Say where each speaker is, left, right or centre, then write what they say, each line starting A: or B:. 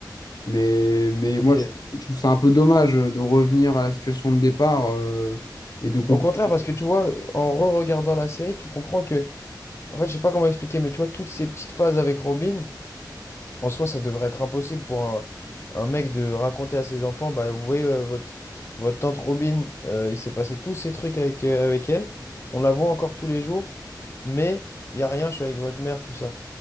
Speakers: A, on the left; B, on the left.
A: Mais, mais
B: Ok.
A: moi, je, je trouve ça un peu dommage euh, de revenir à la situation de départ euh, et de comprendre
B: Au contraire, parce que tu vois, en re-regardant la série, tu comprends que En fait, je sais pas comment expliquer, mais tu vois, toutes ces petites phases avec Robin, en soi, ça devrait être impossible pour un, un mec de raconter à ses enfants, bah, vous voyez, euh, votre, votre tante Robin, euh, il s'est passé tous ces trucs avec, euh, avec elle, on la voit encore tous les jours, mais il y a rien, je suis avec votre mère, tout ça.